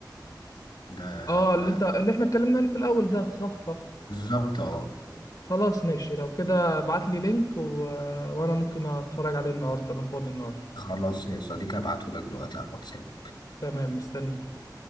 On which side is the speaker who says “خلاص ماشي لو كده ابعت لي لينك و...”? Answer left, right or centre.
Left